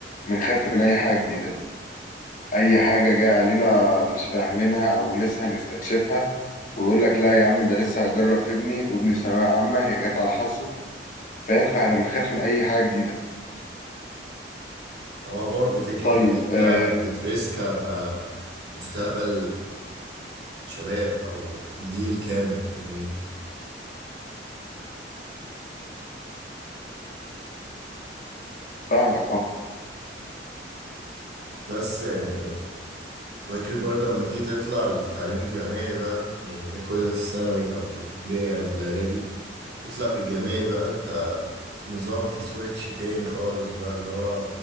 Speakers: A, on the left; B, on the right.
A: بنخاف من اي حاجه جديده اي حاجه جايه علينا مش فاهمينها او لسه هنستكشفها ويقول لك لا يا عم ده لسه هجرب في ابني وابني ثانويه عامه هي جت على حظه فاهم فاحنا بنخاف من اي حاجه جديده
B: هو برضه فكرة
A: طيب
B: إن أنت
A: آه
B: بتريسك على مستقبل شباب أو جيل كامل فاهمني
A: فاهمك اه
B: بس يعني فكرة برضه لما تيجي تطلع للتعليم الجامعي بقى يعني ده كل ده في الثانوي أو في الابتدائي أو في الإعدادي تطلع في الجامعي بقى أنت نظام فيه سويتش تاني خالص بقى اللي هو